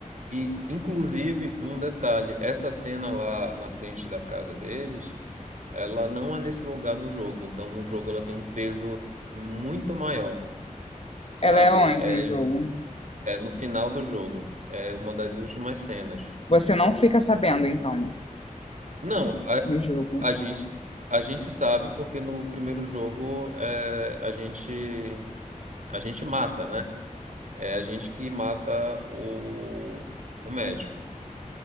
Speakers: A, on the right; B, on the left.
A: E, inclusive, um detalhe: essa cena lá na frente da casa deles, ela não é nesse lugar no jogo. Então, no jogo, ela tem um peso muito maior sabe?
B: Ela é onde
A: É
B: no jogo?
A: É no final do jogo. É uma das últimas cenas.
B: Você não fica sabendo, então,
A: Não, a,
B: no jogo.
A: a gente a gente sabe porque no primeiro jogo é, a gente a gente mata, né? É a gente que mata o, o médico,